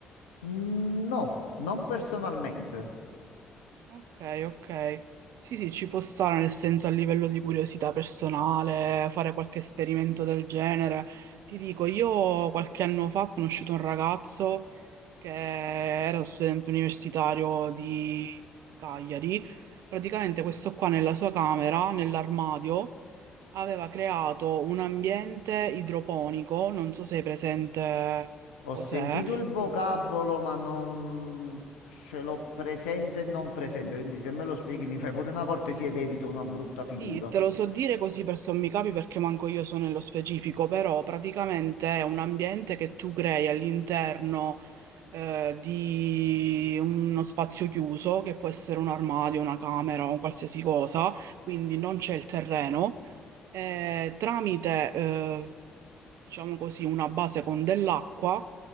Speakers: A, on the left; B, on the right.
A: Mm, no, non personalmente.
B: Ok, ok. Sì, sì, ci può stare nel senso a livello di curiosità personale, fare qualche esperimento del genere. Ti dico, io qualche anno fa ho conosciuto un ragazzo che era studente universitario di Cagliari. Praticamente questo qua nella sua camera, nell'armadio, aveva creato un ambiente idroponico, non so se è presente
A: Ho
B: cos'è,
A: sentito il vocabolo, ma non ce l'ho presente e non presente, quindi se me lo spieghi mi fai pure una cortesia ed evito una brutta figura.
B: Sì, te lo so dire così per sommi capi perché manco io so nello specifico, però praticamente è un ambiente che tu crei all'interno eh, di uno spazio chiuso, che può essere un armadio, una camera o un qualsiasi cosa, quindi non c'è il terreno, e tramite, eh, diciamo così, una base con dell'acqua